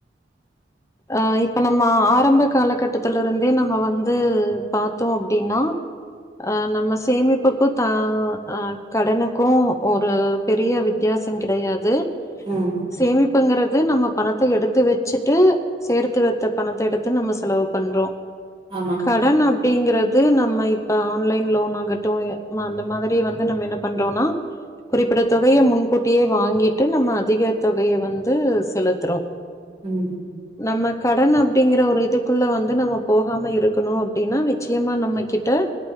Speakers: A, on the left; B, on the right.
A: ஆ இப்ப நம்ம ஆரம்ப காலகட்டத்துலருந்தே நம்ம வந்து பாத்தோ அப்டீனா அ நம்ம சேமிப்புக்கு த அ கடனுக்கு ஒரு பெரிய வித்தியாசம் கிடையாது
B: ம்
A: சேமிப்புங்கிறது நம்ம பணத்த எடுத்து வெச்சுட்டு சேர்த்து வத்த பணத்த எடுத்து நம்ம செலவு பண்றோ
B: ஆமா
A: கடன் அப்டிங்கிறது நம்ம இப்ப ஆன்லைன் லோன் ஆகட்டு ம அந்த மாதிரி வந்து நம்ம என்ன பண்றோனா குறிப்பிட தொகைய முன்கூட்டியே வாங்கிட்டு நம்ம அதிக தொகைய வந்து செலுத்துறோம்
B: ம்
A: நம்ம கடன் அப்டிங்கிற ஒரு இதுக்குள்ள வந்து நம்ம போகாம இருக்கணு அப்டின்னா நிச்சயமா நம்ம கிட் டு